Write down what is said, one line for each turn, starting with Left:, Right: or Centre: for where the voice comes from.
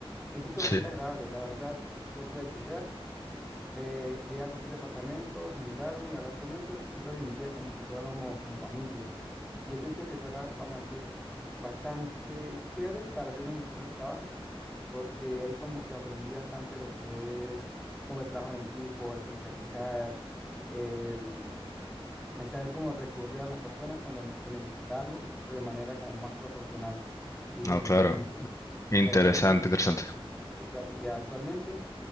Centre: Y se hizo
Left: sí.
Centre: bastante agradable, la verdad. Yo podía llegar, eh, llegar a cualquier departamento, sentarme y hablar con ellos, y todo se sentía como si fuéramos como familia. Y eso hizo que fuera, vamos a decir, bastante chévere para hacer uno de mis primeros trabajos porque ahí como que aprendí bastante lo que es como el trabajo en equipo, el socializar, el, el saber cómo recurrir a las personas cuando nece- se necesita algo, pero de manera como más profesional. Y eso
Left: No,
Centre: me
Left: claro,
Centre: sirvió mucho.
Left: interesante,
Centre: Y actualmente,
Left: interesante.
Centre: sí, claro, y actualmente,